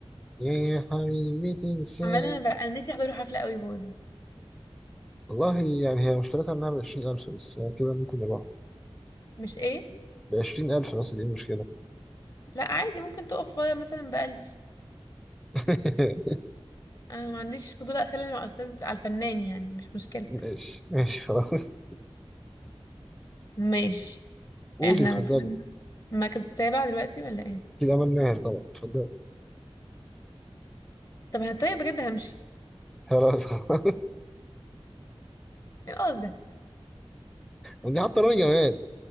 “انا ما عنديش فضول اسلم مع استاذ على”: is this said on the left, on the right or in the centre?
Left